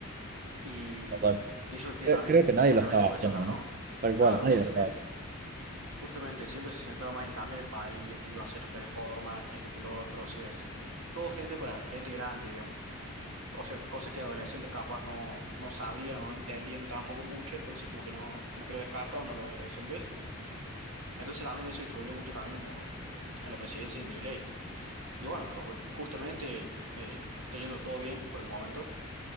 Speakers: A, on the right (about 75°); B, on the right (about 40°).
A: y
B: total.
A: hizo que
B: Creo,
A: también,
B: creo que nadie
A: justamente
B: lo estaba
A: por
B: haciendo,
A: eso ganó.
B: ¿no? Tal
A: Claro,
B: cual, nadie
A: justamente,
B: lo estaba haciendo.
A: justamente, siempre se centraba más en cambiar el país o que iba a hacer reformas, que esto, que lo otro, o sea, es todo gente para gente grande, digamos. O sea, cosas que adolescentes capaz no, no sabían o no entendían tampoco mucho, entonces como que no, como que lo descartaban a los adolescentes. Entonces también eso influyó mucho también en la, en la presidencia de Milei. Y bueno, pero justamente eh, está yendo todo bien por el momento.